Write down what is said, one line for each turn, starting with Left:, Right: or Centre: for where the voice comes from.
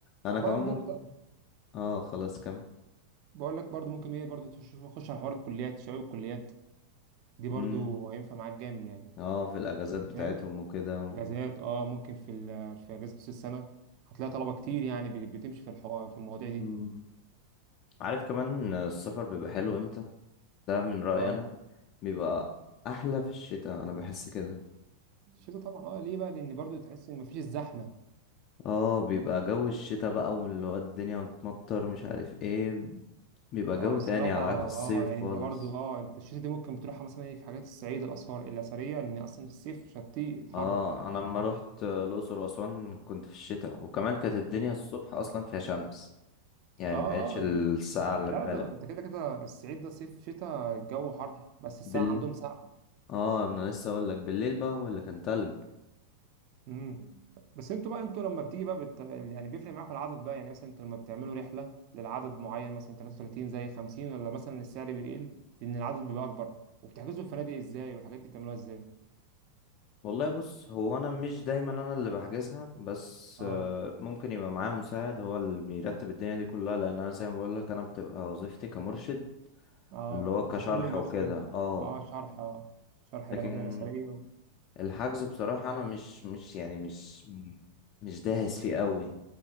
Left: انا
Right: برضو
Left: كمان ممكن
Right: انت
Left: اه خلاص كم
Right: بقول لك برضو ممكن ايه برضو تخش تخش على حوار الكليات شباب الكليات دي برضو
Left: مم.
Right: هينفع معاك جامد يعني
Left: اه في الاجازات
Right: انت
Left: بتاعتهم
Right: فاهم
Left: وكده و...
Right: اجازات اه ممكن في ال- في اجازه نص السنه هتلاقي طلبه كتير يعني بت- بتمشي في الحوار في المواضيع دي
Left: مم. عارف كمان السفر بيبقى حلو امتى ده من رأيي
Right: اه
Left: انا بيبقى احلى في الشتاء انا بحس كده
Right: الشتا طبعا اه ليه بقى لان برضو تحس ان مفيش الزحمه
Left: اه بيبقى جو الشتاء بقى واللي هو الدنيا متمطر مش عارف ايه بيبقى
Right: اه
Left: جو
Right: جدا الصراحة
Left: تاني على
Right: بصراحة
Left: عكس الصيف
Right: اه يعني
Left: خالص
Right: انت برضو اه انت الشتا دي ممكن تروحها مثلا ايه في حاجات الصعيد الآثار الأثرية لأن أصلا الصيف شتي الحر
Left: اه انا لما روحت الاقصر واسوان كنت في الشتاء وكمان كانت الدنيا الصبح اصلا فيها شمس يعني
Right: اه
Left: ما كانتش الساعه
Right: اه
Left: اللي
Right: لا
Left: في بالك
Right: ده انت كده كده الصعيد ده صيف شتاء الجو حر بس الساعة
Left: بال
Right: عندهم ساعة
Left: اه انا لسه اقول لك بالليل بقى هو اللي كان تلج
Right: امم بس انتوا بقى انتوا لما بتيجي بقى بت... يعني بيفرق معاكم العدد بقى يعني مثلا انتوا لما بتعملوا رحلة للعدد معين مثلا 33 زي 50 ولا مثلا السعر بيقل لأن العدد بيبقى أكبر وبتحجزوا الفنادق ازاي والحاجات دي بتعملوها ازاي
Left: والله بص هو انا مش دايما انا اللي بحجزها بس
Right: اه
Left: آه، ممكن يبقى معايا مساعد هو اللي بيرتب الدنيا دي كلها لان انا زي ما بقول لك انا بتبقى وظيفتي كمرشد
Right: اه
Left: اللي هو
Right: بتاخدهم
Left: كشرح وكده
Right: بس كد-
Left: اه
Right: اه شرح اه شرح
Left: لكن
Right: الاماكن الاثريه
Left: الحجز بصراحة أنا مش مش يعني مش مم. مش داهس فيه قوي